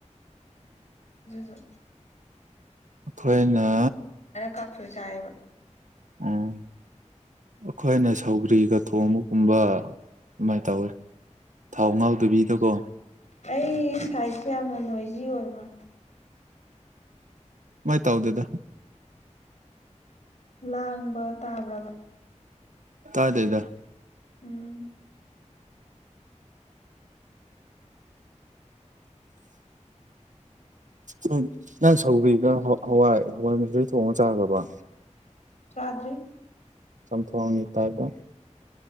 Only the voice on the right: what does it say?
ꯑꯩꯈꯣꯏꯅ
ꯎꯝ ꯑꯩꯈꯣꯏꯅ ꯁꯧꯒ꯭ꯔꯤꯒ ꯊꯣꯡꯕꯒꯨꯝꯕ ꯑꯗꯨꯃꯥꯏꯅ ꯇꯧꯋꯤ ꯊꯥꯎ ꯉꯥꯎꯗꯕꯤꯗꯀꯣ
ꯃꯥꯏ ꯇꯥꯎꯗꯗ
ꯇꯥꯗꯩꯗ
ꯌꯦ ꯅꯪ ꯁꯧꯕꯤꯒ ꯍꯋꯥꯏ ꯍꯋꯥꯏ ꯃꯆ ꯊꯣꯡꯉ ꯆꯥꯈ꯭ꯔꯕ
ꯁꯝꯐꯅꯤ ꯇꯥꯏꯗ